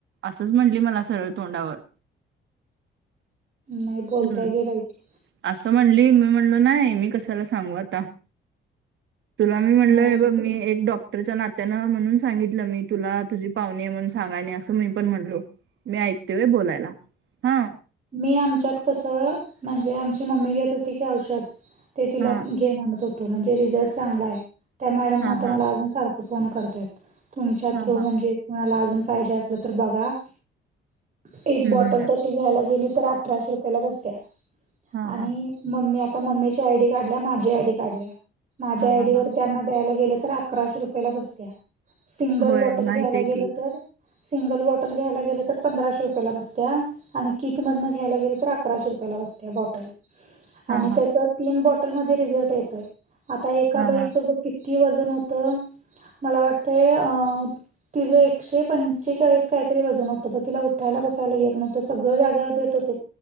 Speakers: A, on the right; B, on the right.
A: असंच म्हणटली मला सरळ तोंडावर....
B: नाही बोलतय
A: हम्म
B: घे बाईट
A: असं म्हणली मी म्हणलो नाही मी कशाला सांगू आता.... तुला मी म्हटलंय
B: नाही
A: बघ मी एक डॉ... डॉक्टरच्या नात्यानं म्हणून सांगितलं मी तुला तुझी पाहणे म्हणून सांगाणे अस... असं मी पण म्हणलो मी ऐकते व बोलायला हा....
B: मी आमच्यात कसं म्हणजे आमची मम्मी घेत होती की औषध.... ते तिला
A: हा
B: घे म्हणत होतो म्हणजे रिझल्ट चांगला आहे त्या मॅडम
A: हा
B: आता
A: हा
B: मला अजून सारखं.... तुमच्या
A: हा
B: थ
A: हा
B: म्हणजे अज पाहिजे अस तर बघा.... एक
A: हम्म
B: बॉटल
A: हम्म हम्म.
B: तशी घ्यायला गेली तर अठराशे रुपयाला बसत्या....
A: हा
B: आणि
A: हा
B: मम्मी आता मम्मीची आयडी काढल्या माझी ही आय डी काढल्या.... माझ्या
A: हा
B: आयडीवर
A: हा हा
B: त्यांना द्यायला गेलं तर अकराशे रुपयाेला बसत्या.... सिंगल
A: होय
B: बॉटल
A: माहितीये
B: घ्यायला गेलं
A: की
B: तर... सिंगल बॉटल घ्यायला गेलं तर पंधराशे रुपयाला बसतते आणि... किटमधन घ्यायला गेलं तर अकराशे रुपयाला बसतिया बॉटल
A: हा
B: आणि
A: हा
B: त्याच... तीन बॉटलमध्ये रिझल्ट येतोय आता एका
A: हा
B: बाईचं
A: हा
B: किती वजन होत... मला वाटतं आ... तिचं एकशे पंचेचाळीस काहीतरी वजन होतं प तिला उठायला बसायला येत नव्हतं सगळं.... झाल्या वर आता येत होते